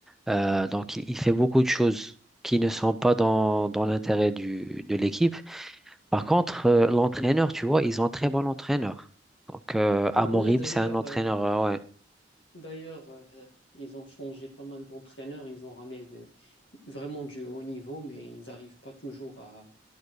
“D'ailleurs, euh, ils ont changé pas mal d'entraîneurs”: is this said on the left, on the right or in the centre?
Left